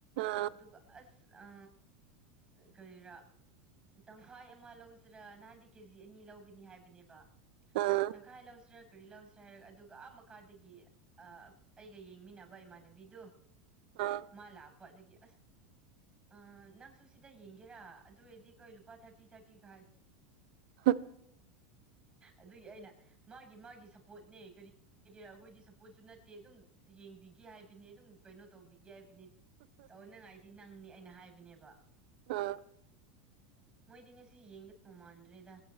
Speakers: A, on the right; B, on the right.
A: ꯑꯥ
B: ꯑꯗꯨꯒ ꯑꯁ ꯑ ꯀꯔꯤꯔꯥ ꯇꯪꯈꯥꯏ ꯑꯃ ꯂꯧꯁꯤꯔ ꯅꯍꯥꯟꯗꯤ ꯀꯦꯖꯤ ꯑꯅꯤ ꯂꯧꯒꯅꯤ ꯍꯥꯏꯕꯅꯦꯕ
A: ꯑꯥ
B: ꯇꯪꯈꯥꯏ ꯂꯧꯁꯤꯔꯥ ꯀꯔꯤ ꯂꯧꯁꯤꯔꯥ ꯍꯥꯏꯔꯒ ꯑꯗꯨꯒ ꯑꯥ ꯃꯈꯥꯗꯒꯤ ꯑ ꯑꯩꯒ ꯌꯦꯡꯃꯤꯟꯅꯕ ꯏꯃꯥꯟꯅꯕꯤꯗꯨ
A: ꯑ
B: ꯃꯥ ꯂꯥꯛꯄ ꯑꯗꯨꯒꯤ ꯑꯁ ꯑ ꯅꯪꯁꯨ ꯁꯤꯗ ꯌꯦꯡꯒꯦꯔꯥ ꯑꯗꯨ ꯑꯣꯏꯔꯗꯤ ꯀꯈꯣꯏ ꯂꯨꯄꯥ ꯊꯥꯔꯇꯤ ꯊꯥꯔꯇꯤ ꯈꯥꯏ
A: <unintelligible>
B: ꯑꯗꯨꯒꯤ ꯑꯩꯅ ꯃꯥꯒꯤ ꯃꯥꯒꯤ ꯁꯞꯄꯣꯔꯠꯅꯦ ꯀꯔꯤ ꯀꯒꯦꯔꯥ ꯑꯩꯈꯣꯏꯗꯤ ꯁꯞꯄꯣꯠꯁꯨ ꯅꯠꯇꯦ ꯑꯗꯨꯝ ꯌꯦꯡꯕꯤꯒꯦ ꯍꯥꯏꯕꯅꯤ ꯑꯗꯨꯝ ꯀꯩꯅꯣ ꯇꯧꯕꯤꯒꯦ ꯍꯥꯏꯕꯅꯤ ꯇꯧꯅꯉꯥꯏꯗꯤ ꯅꯪꯅꯤ ꯑꯩꯅ ꯍꯥꯏꯕꯅꯦꯕ
A: ꯑ
B: ꯃꯣꯏꯗꯤ ꯉꯁꯤ ꯌꯦꯡꯒꯧ ꯃꯥꯟꯗ꯭ꯔꯦꯗ